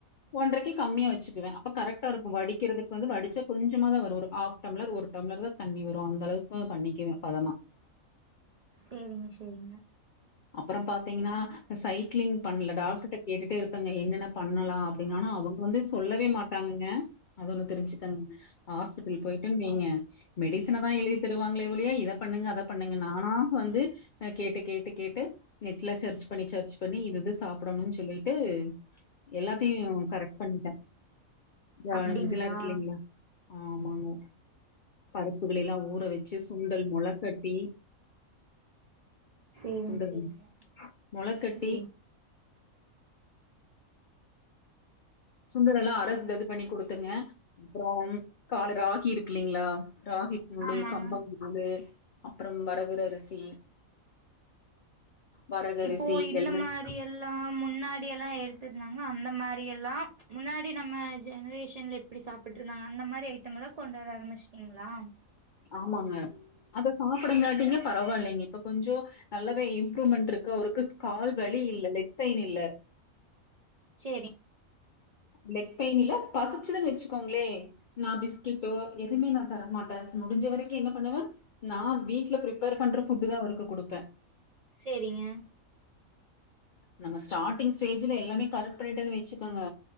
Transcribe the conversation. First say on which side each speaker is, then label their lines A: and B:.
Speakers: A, on the left; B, on the right.
A: ஒன்ரைக்கு கம்மியா வச்சுக்குவே அப்ப கரெக்டா இருக்கு வடிக்கிறதுக்கு வந்து வடிச்சா கொஞ்சமா தா வ ரு ஹாஃப் டம்ளர் ஒரு டம்ளர் தா தண்ணி வரு அந்த அளவுக்கு பண்ணிக்குவே பதமா
B: சேரிங்க சேரிங்க
A: அப்பறம் பாத்தீங்ன்னா சைக்ளிங் பண்ல டாக்டர்கிட்ட கேட்டுட்டு இரு ப்பங்க என்னென்ன பண்ணலா அப்டினு ஆனா அவுங்க வந்து சொல்லவே மாட்டாங்கங்க அது ஒண்ணு தெரிஞ்சுக்கங்க ஆஸ்பெட்டல் போய்டோன் வைங்க மெடிசனதாஎழுதி தருவாங்களே ஒழிய இத பண்ணுங்க அத பண்ணுங்க நானா வந்து கேட்டு கேட்டு கேட்டு நெட்ல சர்ச் பண்ணி சர்ச் பண்ணி இதுஇது சாப்டணுன் சொல்லிட்டு எல்லாத்தையு கரெக்ட் பண்ட்டே
B: அப்டிங்களா
A: ஒன் இதெல்லா இருக் இல்லைங்ளா ஆமாங்க பருப்புகளைலா ஊற வச்சி சுண்டல் மொழ கட்டி
B: சேரிங்க
A: சுண்டல்
B: சேரிங்க
A: மொளக்கட்டி,
B: ம்
A: சுண்டல் எல்லா அற இது பண்ணி குடுத்துங்க அப்ரோம் காலேல ராகி இருக் இல்லைங்ளா ராகி கூலு
B: ஆமாங்க
A: கம்பம் கூலு அப்ரோம் வரகுற அரிசி வரகரிசி
B: இப்போ இந்த
A: எல்லாம்
B: மாறி எல்லா முன்னாடி எல்லா எடுத்துருந்தாங்க அந்த மாறி எல்லா முன்னா முன்னாடி நம்ம ஜெனரேஷன்ல இப்டி சாப்ட்டு இருந்தாங்க அந்த மாறி ஐட்டம்லா கொண்டு வர ஆரம்பிச்டீ ங்ளாம்
A: ஆமாங்க அத சாப்புடங்காட்டிங்க பரவாயில்லங்க இப்ப கொஞ்சோ நல்லாவே இம் ரூமெண்ட் இருக்கு அவுருக்கு ஸ்கால் வலி இல்ல லெக் பெயின் இல்ல
B: சேரி
A: லெக் பெயின் இல்ல பசிச்சுதுன்னு வச்சி கோங்களே நா பிஸ்கட்டோ எதுமே நா தர மாட்ட முடிஞ்ச வரைக்கு என்ன பண்ணுவ நா வீட்ல பிரிப்பேர் பண்ற ஃபுட்டு தா அவருக்கு குடுப்ப
B: சேரிங்க
A: நம்ம ஸ்டார்டிங் ஸ்டேஜ்ல எல்லாமே கரெக்ட் பண்ணிட்ட வச்சிக்கோங்க